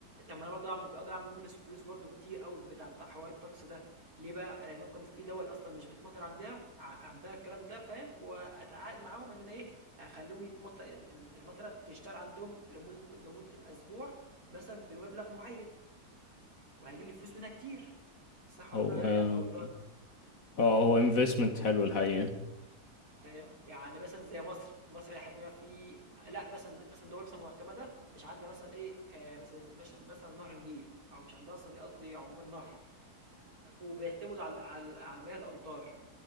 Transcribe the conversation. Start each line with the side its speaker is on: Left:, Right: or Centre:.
Right: طب ما انا برضه ممكن اقدر اعمل منه فلوس برضه كتير قوي بتاع الط- حوار الطقس ده ليه بقى لان ممكن في دول اصلا مش بتمطر عندها ع- عندها الكلام ده فاهم واتعاقد معاهم ان انا ايه اخليهم يتمطر الم- المطره تشتغل عندهم لمده لمده اسبوع مثلا بمبلغ معين وهيجي لي فلوس منها كتير صح ولا
Left: هو
Right: انا
Left: اه
Right: يعني غلطان
Left: آه، هو انفستمنت حلو الحقيقة
Right: فاهم؟ يعني مثلًا زي مصر، مصر إلى حدٍ ما في لأ مثلًا مثلًا دول مثلًا معتمدة مش عندها مثلًا إيه، آآ مثلًا مش مثلًا نهر النيل أو مش عندها أصلًا قصدي عمومًا نهر، وبيعتمدوا على على على مياه الأمطار،